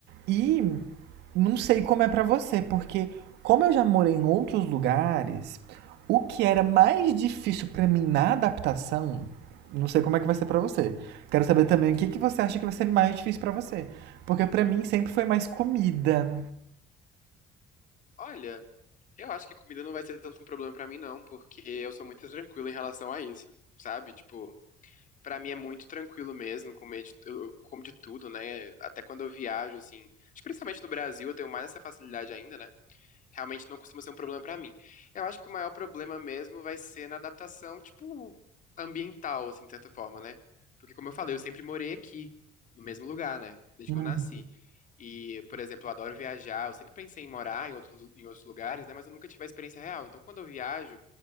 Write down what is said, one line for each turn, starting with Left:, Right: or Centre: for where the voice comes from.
Right: E não sei como é pra você, porque como eu já morei em outros lugares, o que era mais difícil pra mim na adaptação, não sei como é que vai ser pra você. Quero saber também o que, que você acha que vai ser mais difícil pra você. Porque pra mim sempre foi mais comida.
Left: Olha, eu acho que comida não vai ser tanto um problema para mim, não, porque eu sou muito tranquilo em relação a isso, sabe? Tipo. Pra mim é muito tranquilo mesmo, comer de, eu eu como de tudo, né? Até quando eu viajo, assim. Acho que principalmente no Brasil eu tenho mais essa facilidade ainda, né? realmente não costuma ser um problema pra mim. Eu acho que o maior problema mesmo vai ser na adaptação, tipo, ambiental, assim, de certa forma, né? Porque, como eu falei, eu sempre morei aqui, no mesmo lugar, né? Desde
Right: Hum,
Left: que eu nasci. E, por exemplo, eu adoro viajar, eu sempre pensei em morar em outros, em outros lugares, né? Mas eu nunca tive a experiência real. Então, quando eu viajo,